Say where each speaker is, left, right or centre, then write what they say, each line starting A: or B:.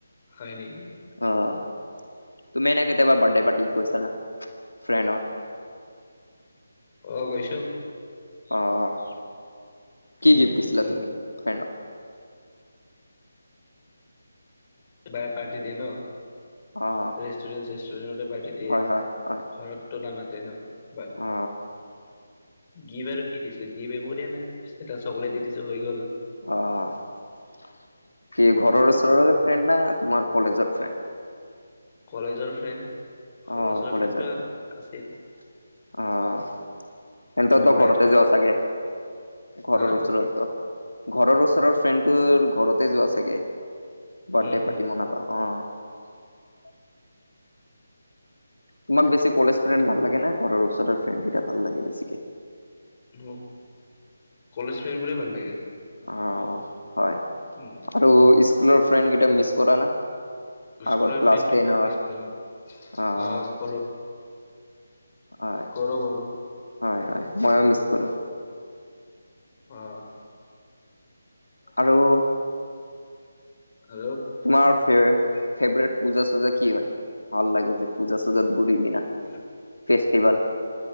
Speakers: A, on the left; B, on the left.
A: হয় নেকি?
B: অ'। তুমি এনে কেতিয়াবা বাৰ্থডে পাৰ্টিত গৈছা না, ফ্ৰেণ্ডৰ?
A: অ', গৈছো।
B: অ', অ'। কি গিফ্ট দিছিলা
A: উম
B: তুমি ফ্ৰেণ্ডক?
A: এবাৰ পাৰ্টি দিয়ে ন?
B: অ'।
A: ৰেষ্টুৰেন্ট-চেষ্টুৰেণ্টতে পাৰ্টি দিয়ে।
B: হয় হয় হয়
A: ঘৰত ত' নামাতে ন? বা
B: অ
A: <inaudible> গিভ আৰু কি দিছোঁ গিভ একো দিয়া নাই, এটা চকলেট দি দিছোঁ হৈ গ'ল।
B: অ', কি ঘৰৰ
A: উম
B: ওচৰৰে ফ্ৰেণ্ড না তোমাৰ কলেজৰ ফ্ৰেণ্ড।
A: কলেজৰ ফ্ৰেণ্ড। ঘৰৰ
B: অ',
A: ওচৰৰ
B: কলেজৰ
A: ফ্ৰেণ্ডো
B: ফ্ৰেণ্ড
A: আছিল
B: অ'। সেন্ততৰটো
A: সেনেকুৱাই
B: ঘৰতে
A: আৰু
B: যোৱা চাগে ঘৰৰ
A: হা
B: ওচৰত তো। ঘৰৰ ওচৰৰ ফ্ৰেণ্ডটো আৰু ঘৰতে যোৱা চাগে। বাৰ্থডে
A: উম
B: পাৰ্টি
A: উম
B: মনাবা অ'। তোমাক বেছি কলেজ ফ্ৰেণ্ড ভাল লাগে না ঘৰৰ ওচৰৰ ফ্ৰেণ্ডৰকেইটা ভাল লাগে বেছিকে।
A: মোক, কলেজ ফ্ৰেণ্ডবোৰে ভাল লাগে।
B: আও, হয়।
A: উম।
B: আৰু স্কুলৰ ফ্ৰেণ্ড কেইটা মিছ কৰা না।
A: স্কুলৰ
B: আগৰ ক্লাছ
A: ফ্ৰেণ্ডটো
B: টেনৰ
A: বহুত মিছ কৰো আ,
B: অ',
A: কৰো।
B: হয়,
A: কৰো কৰো
B: হয়, হয় ময়ো মিছ কৰোঁ।
A: অ'। <inaudible>
B: আৰু
A: হেল্ল'।
B: তোমাৰ ফেৰ-ফেভৰেট পূজা চূজা কি হয়। ভাল লাগে যে পূজা-চূজাত ঘুৰি কিনা।
A: <inaudible>
B: ফেষ্টিভেল